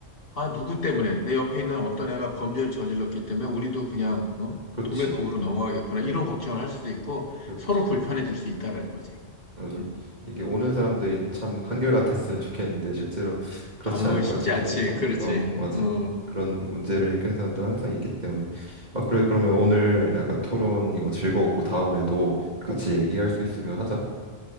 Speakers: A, on the left; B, on the right.
A: 아, 누구 때문에? 내 옆에 있는 어떤 애가 범죄를 저질렀기 때문에 우리도 그냥, 어?
B: 그렇지,
A: 도매급으로 넘어가겠구나. 이런 걱정을 할 수도 있고,
B: 그렇지,
A: 서로 불편해질 수 있다라는 거지.
B: 맞아.
A: 음.
B: 이게 오는 사람들이 참 한결같았으면 좋겠는데 실제로 그렇지
A: 아유,
B: 않으니까
A: 쉽지
B: 어쩔
A: 않지.
B: 수 없다.
A: 그렇지.
B: 어, 맞아.
A: 음.
B: 그런 문제를 일으키는 사람들 항상 있기 때문에. 아, 그래, 그러면 오늘 약간 토론 이거 즐거웠고 다음에도 같이 얘기할 수 있으면 하자.